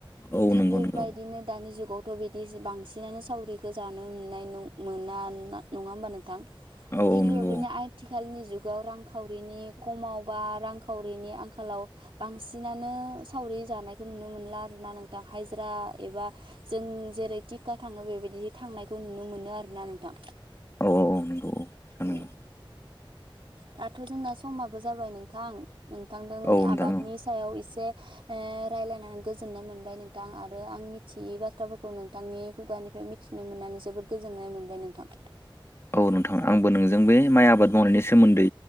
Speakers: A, on the left (about 30°); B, on the right (about 70°).
A: औ
B: थि
A: नंगौ
B: बेबायदिनो
A: नंगौ
B: दानि जुगाव थ' बिदि बांसिनानो सावरिखौो जानो मोननाय मोना नङा होमबा नोंथां
A: औ औ
B: थिग
A: नंगौ
B: बेबायदिनो आथिखालनि जुगाव रांखावरिनि खमावबा रांखावरिनि आंखाल आथिखालाव बांसिनानो सावरि जानायखौ नुनो मोनला आरोना नोंथां हाजिरा एबा जों जेरै थटिका थाङो बेबायदि थांनायखौ नुनो मोनो आरोना नोंथां
A: औ औ। नंगौ नंगौ
B: औ। दाथ' जोंना समाबो जाबाय नोंथां नोंथांदों
A: औ नोंथां
B: आबादनि
A: औ
B: सायाव एसे रायलायनानै गोजोननाय मोनबाय नोंथां आरो आं मिथियै बाथ्राफोरखौ नोंथांनि खुगानिफ्राय ओमफ्राय मिथिनो मोननानै जोबोद गोजोननाय मोनबाय नोंथां।
A: औ नोंथां आंबो नोंजों बे माइ आबाद मावनायनि सोमोन्दै